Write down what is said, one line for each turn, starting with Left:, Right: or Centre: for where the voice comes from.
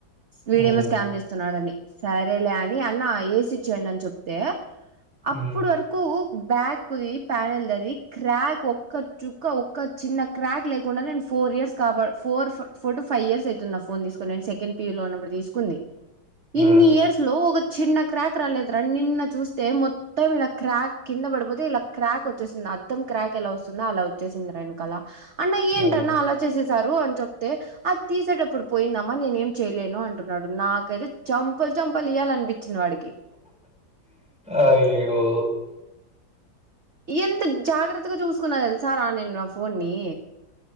Right: వీడేమో
Centre: హ్మ్.
Right: స్కామ్ చేస్తున్నాడని సరేలే అని అన్న ఏసిచ్చేయండి అని చెప్ తే
Centre: హ్మ్.
Right: అప్పుడు వరకూ బ్యాకుది ప్యానెల్ దది క్రాక్ ఒక్క చుక్క ఒక్క చిన్న క్రాక్ లేకుడా నేను ఫోర్ ఇయర్స్ కాపాడు four four to five years ఐతుంది నా ఫోన్ తీసుకొని నేను సెకండ్ పి యూ లో ఉన్నప్పుడు తీసుకుంది
Centre: హ్మ్.
Right: ఇన్ని ఇయర్స్ లో ఒక చిన్న క్రాక్ రాలేదురా నిన్న చూస్తే మొ త్తం ఇలా క్రాక్ కింద పడిపోతే ఇలా క్రాక్ వచ్చేసింది అద్దం క్రాక్ ఎలా వస్తుందో అలా వచ్చేసింది రా ఎనకాల అన్న ఏంటన్నా
Centre: హ్మ్.
Right: అలా చేసేసారు అని చెప్తే అది తీసేటప్పుడు పోయిందమ్మ నేనేం చెయ్యలేను అంటున్నాడు నాకైతే చంపలు చంపలు ఇయ్యాలన్పి చ్చింది వాడికి
Centre: అయ్యో
Right: ఎంత జాగ్రత్తగా చూసుకున్నా తెలుసా రా నేను నా ఫోన్ ని